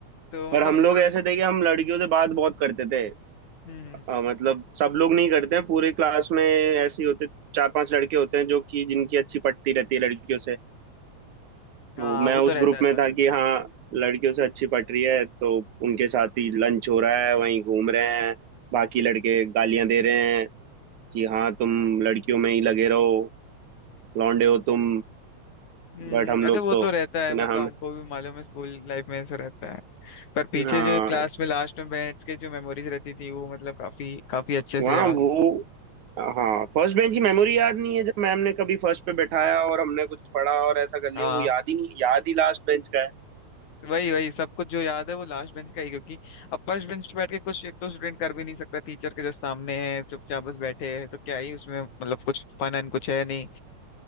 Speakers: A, on the left (about 80°); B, on the right (about 80°).
A: तो
B: पर
A: मतलब
B: हम लोग
A: लास्ट
B: ऐसे थे कि हम लड़कियों से बात बहुत करते थे
A: हम्म हम्म,
B: अ, मतलब सब लोग नहीं करते हैं पूरे क्लास में ऐसे ही होते चार पांच लड़के होते हैं जो कि जिनकी अच्छी पटती रहती है लड़कियों से
A: हाँ
B: तो मैं
A: वो तो
B: उस
A: रहता
B: ग्रुप
A: था
B: में था कि हाँ लड़कियों से अच्छी पट रही है तो उनके साथ ही लंच हो रहा है वहीं घूम रहे हैं बाकी लड़के गालियां दे रहे हैं कि हाँ तुम लड़कियों में ही लगे रहो लौंडे हो तुम
A: हम्म
B: बट हम
A: अरे
B: लोग
A: वो
B: तो
A: तो
B: है
A: रहता है
B: ना
A: मतलब
B: हम
A: हमको भी मालूम है स्कूल लाइफ में ऐसा रहता है पर पीछे
B: हाँ
A: जो क्लास में लास्ट में बैठ के जो मेमोरीज रहती थी वो मतलब काफी काफी अच्छे
B: वहाँ
A: से याद
B: वो
A: है
B: हाँ फर्स्ट बेंच की मेमोरी याद नहीं है जब मैम ने कभी फर्स्ट पे बैठाया और हमने कुछ पढ़ा और ऐसा कर लिया
A: हाँ
B: वो याद ही नहीं याद ही लास्ट बेंच का है
A: वही वही सब कुछ जो याद है वो लास्ट बेंच का ही क्योंकि अब फर्स्ट बेंच पे बैठ के कुछ एक तो स्टूडेंट कर भी नहीं सकता टीचर के जस्ट सामने है चुपचाप बस बैठे हैं तो क्या ही उसमें मतलब कुछ फन एंड कुछ है नहीं